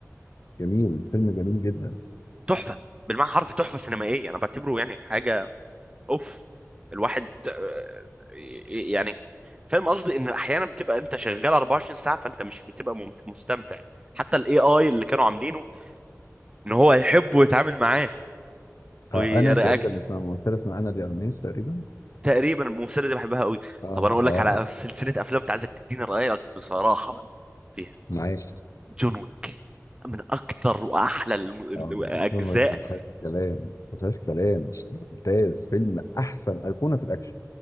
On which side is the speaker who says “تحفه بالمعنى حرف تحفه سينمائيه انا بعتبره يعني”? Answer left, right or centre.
Right